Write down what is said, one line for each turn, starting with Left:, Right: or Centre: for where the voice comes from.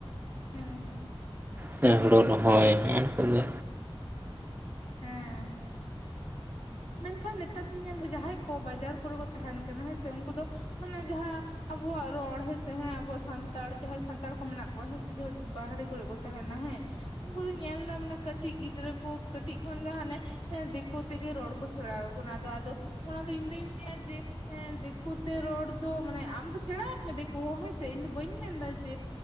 Left: ᱦᱮᱸᱻᱦᱮᱸᱻ
Right: ᱥᱮ ᱦᱩᱲᱩ ᱨᱚᱦᱚᱭ ᱱᱚᱜᱼᱚᱭ ᱠᱚᱜᱮ
Left: ᱦᱮᱸ ᱢᱮᱱᱠᱷᱟᱱ ᱱᱮᱛᱟᱨ ᱫᱤᱧ ᱧᱮᱞᱫᱟ ᱡᱟᱦᱟᱸᱭ ᱠᱚ ᱵᱟᱡᱟᱨ ᱠᱚᱨᱮ ᱠᱚ ᱛᱟᱦᱮᱱ ᱠᱟᱱᱟ ᱦᱮᱸ ᱥᱮ ᱩᱱᱠᱩ ᱫᱚ ᱢᱟᱱᱮ ᱡᱟᱦᱟᱸ ᱟᱵᱚᱣᱟᱜ ᱨᱚᱲ ᱦᱮᱸᱥᱮ ᱦᱮᱸ ᱟᱵᱚᱣᱟᱜ ᱥᱟᱱᱛᱟᱲ ᱡᱟᱦᱟᱸᱭ ᱥᱟᱱᱛᱟᱲ ᱠᱚ ᱢᱮᱱᱟᱜ ᱠᱚᱣᱟ ᱦᱮᱸ ᱥᱮ ᱡᱟᱦᱟᱸ ᱵᱟᱦᱨᱮ ᱠᱚᱨᱮ ᱠᱚ ᱛᱟᱦᱮᱱᱟ ᱦᱮᱸ ᱩᱱᱠᱩ ᱫᱚᱧ ᱧᱮᱞ ᱮᱫᱟ ᱢᱟᱱᱮ ᱠᱟᱹᱴᱤᱡ ᱜᱤᱫᱽᱨᱟᱹ ᱠᱚ ᱠᱟᱹᱴᱤᱡ ᱠᱷᱚᱱ ᱜᱮ ᱦᱟᱱᱮ ᱫᱤᱠᱩ ᱛᱮᱜᱮ ᱨᱚᱲ ᱠᱚ ᱥᱮᱬᱟᱣ ᱟᱠᱚ ᱚᱱᱟ ᱟᱫᱚ ᱟᱫᱚ ᱚᱱᱟ ᱫᱚ ᱤᱧ ᱫᱩᱧ ᱞᱟᱹᱭᱟ ᱡᱮ ᱦᱮᱸ ᱫᱤᱠᱩ ᱛᱮ ᱨᱚᱲ ᱫᱚ ᱢᱟᱱᱮ ᱟᱢ ᱫᱚ ᱥᱮᱬᱟᱭ ᱢᱮ ᱫᱤᱠᱩ ᱦᱚᱸ ᱦᱮᱸᱥᱮ ᱤᱧ ᱫᱚ ᱵᱟᱹᱧ ᱢᱮᱱᱫᱟ ᱡᱮ